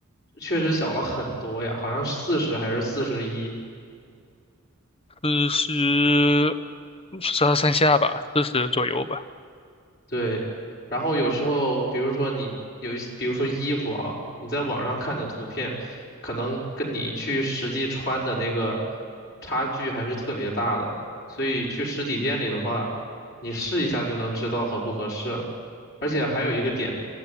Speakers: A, on the left; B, on the left.
A: 确实小了很多呀，好像四十还是四十一，
B: 四十，上上下吧，四十左右吧，
A: 对，然后有时候，比如说你有一些，比如说衣服啊，你在网上看的图片，可能跟你去实际穿的那个差距还是特别大的，所以去实体店里的话，你试一下就能知道合不合适了。而且还有一个点，
B: 嗯，